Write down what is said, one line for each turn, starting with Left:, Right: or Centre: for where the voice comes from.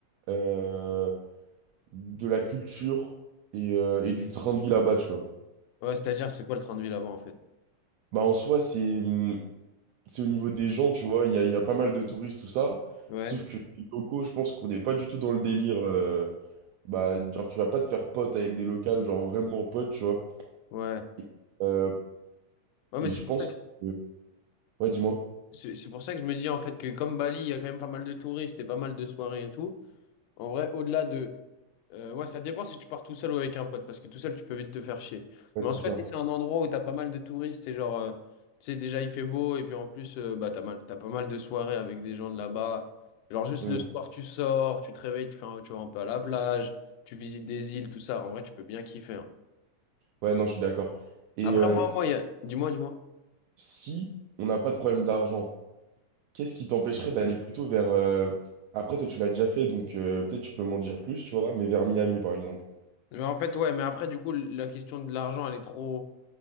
Right: euh, de la culture et, euh, et du train de vie là-bas, tu vois.
Left: Ouais, c'est-à-dire, c'est quoi le train de vie là-bas, en fait?
Right: Bah, en soi, c'est hum, c'est au niveau des gens, tu vois. Il y a, il y a pas mal de touristes, tout ça.
Left: Ouais,
Right: Sauf que les locaux, je pense qu'on n'est pas du tout dans le délire. euh, bah, genre, tu vas pas te faire pote avec des locales, genre vraiment pote, tu vois.
Left: ouais.
Right: Et, euh,
Left: Ouais, mais
Right: et
Left: c'est
Right: je pense
Left: pour ça que,
Right: que... Ouais, dis-moi.
Left: c'est c'est pour ça que je me dis, en fait, que comme Bali, il y a quand même pas mal de touristes et pas mal de soirées et tout. En vrai, au-delà de, Euh, ouais, ça dépend si tu pars tout seul ou avec un pote, parce que tout seul, tu peux vite te faire chier.
Right: Ouais,
Left: Mais
Right: c'est
Left: en soit,
Right: ça.
Left: si c'est un endroit où t'as pas mal de touristes, et genre, euh, tu sais, déjà il fait beau, et puis en plus, euh, bah, t'as mal, t'as pas mal de soirées avec des gens de là-bas. Genre, juste
Right: Hmm.
Left: le soir, tu sors, tu te réveilles, tu fais un- tu vas un peu à la plage, tu visites des îles, tout ça. En vrai, tu peux bien kiffer. hein.
Right: Ouais, non, je suis d'accord. Et
Left: Après,
Right: euh,
Left: moi, moi, il y a... dis-moi, dis-moi.
Right: si on n'a pas de problème d'argent, qu'est-ce qui t'empêcherait d'aller plutôt vers... euh, Après, toi, tu l'as déjà fait, donc euh, peut-être tu peux m'en dire plus, tu vois, mais vers Miami, par exemple.
Left: Mais en fait, ouais, mais après, du coup, la question de l'argent, elle est trop.